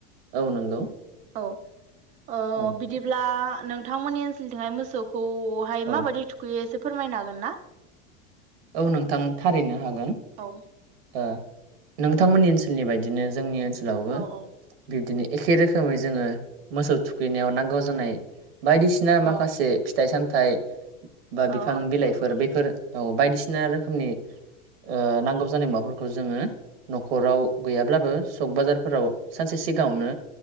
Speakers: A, on the right; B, on the right.
A: औ नंगौ।
B: औ ओ
A: औ
B: बिदिब्ला नोंथांमोननि ओनसोलथिंहाय मोसौ खौहाय
A: औ
B: माबादि थुखैयो एसे फोरमायनो हागोन ना?
A: औ नोंथां थारैनो हागोन।
B: औ
A: ओ नोंथांमोननि ओनसोलनि बायदिनो जोंनि ओनसोलावबो
B: औ औ
A: बिब्दिनो एखे रोखोमै जोङो मोसौ थुखैनायाव नांगौ जानाय बायदिसिना माखासे
B: औ
A: फिथाइ सामथाइ बा बिफां
B: औ
A: बिलाइफोर बेफोर औ बायदिसिना रोखोमनि ओ नांगौ जानाय मुवाफोरखौ जोङो न'खराव गैयाब्लाबो सक बाजारफोराव सानसे सि गाङावनो